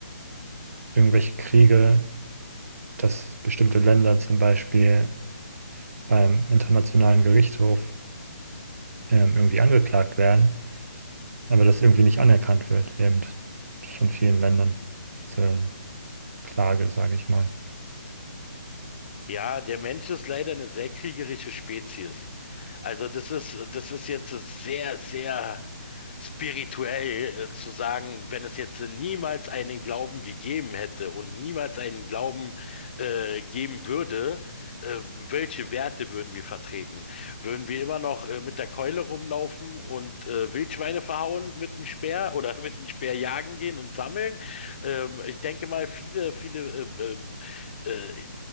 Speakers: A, on the right; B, on the left.
A: irgendwelche Kriege, dass bestimmte Länder zum Beispiel beim Internationalen Gerichtshof ähm, irgendwie angeklagt werden. aber das irgendwie nicht anerkannt wird, eben von vielen Ländern, diese Klage, sage ich mal.
B: Ja, der Mensch ist leider eine sehr kriegerische Spezies. Also das ist, das ist jetzt sehr, sehr spirituell äh, zu sagen, wenn es jetzt niemals einen Glauben gegeben hätte und niemals einen Glauben äh, geben würde, äh, welche Werte würden wir vertreten? Würden wir immer noch äh, mit der Keule rumlaufen und äh, Wildschweine verhauen mit dem Speer oder <laughs> mit dem Speer jagen gehen und sammeln? Ähm, ich denke mal, viele, viele äh, ähm, äh,